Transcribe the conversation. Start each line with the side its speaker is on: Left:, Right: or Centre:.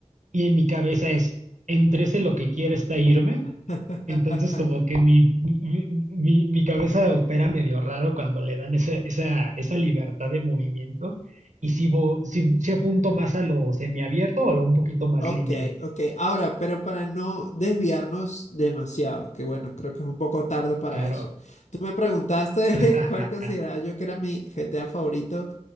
Right: Y en mi cabeza es, entre ese lo que quiera está irme.
Left: <laughs>
Right: Entonces como que mi, mi, mi- mi cabeza opera medio raro cuando le dan esa, esa, esa libertad de movimiento. Y si, vo- si, si apunto más a lo semiabierto o a lo un poquito más
Left: Ok,
Right: lineal,
Left: ok. Ahora, pero para no desviarnos demasiado, que bueno, creo que es un poco tarde para
Right: claro.
Left: eso. Tú me preguntaste
Right: <laughs>
Left: <laughs> cuál consideraba yo que era mi GTA favorito